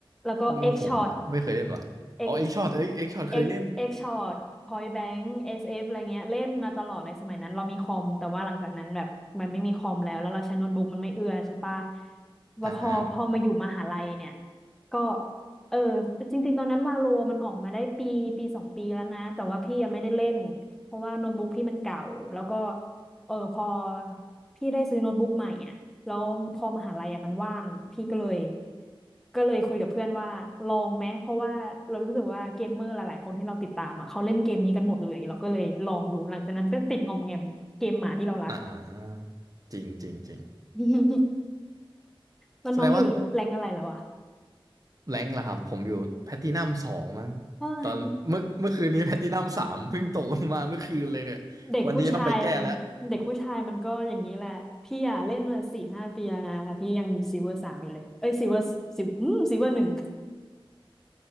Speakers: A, in the centre; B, on the right.
A: แล้วก็เอ็กช็อต
B: รู้ผมไม่เคยเล่นว่ะอ๋อเอ็กช็อตเอ้ยเอ็กช็อตเคยเล่น
A: X X X Short Point Blank SF อสเอฟอะไรเงี้ย เล่นมาตลอดเลยสมัยนั้นเรามีคอมแต่ว่าหลังจากนั้นแบบมันไม่มีคอมแล้วแล้วเราใช้โน้ตบุ๊กมันไม่เอื้อใช่ปะว่าพอพอมาอยู่มหาลัยเนี่ย
B: อ่าฮะ
A: ก็เออจริงๆตอนนั้นวาโลมันออกมาได้ปีปีสองปีแล้วนะแต่ว่าพี่ยังไม่ได้เล่นเพราะว่าโน้ตบุ๊กพี่มันเก่าแล้วก็เออพอพี่ได้ซื้อโน้ตบุ๊กใหม่อ่ะ แล้วพอมหาลัยอะมันว่างพี่ก็เลยก็เลยคุยกับเพื่อนว่าลองไหมเพราะว่าเรารู้สึกว่าเกมเมอร์หลายๆคนที่เราติดตามอ่ะเขาเล่นเกมนี้กันหมดเลยเราก็เลยลองดูหลังจากนั้นก็ติดงอมแงมเกมหมาที่เรารัก
B: อ่าจริงจริงจริง
A: <laughs> แล้วน้องอยู่แรงอะไรแล้วอ่ะ
B: แสดงว่า แรงค์ล่ะครับผมอยู่แพลตินัมสองมั้ง
A: เอ้ย
B: ตอนเมื่อเมื่อคืนนี้ <laughs> แพลตินัมสามเพิ่งตกลงมาเมื่อคืนเลยเนี่ยวันนี้ต้องไปแก้แล้ว
A: เด็กผู้ชายเด็กผู้ชายมันก็อย่างนี้แหละพี่อ่ะเล่นมาสี่ห้าปีแล้วนะแต่พี่ยังอยู่ซิลเวอร์สามอยู่เลยเอ้ยซิลเวอร์ซิลอืมซิลเวอร์หนึ่ง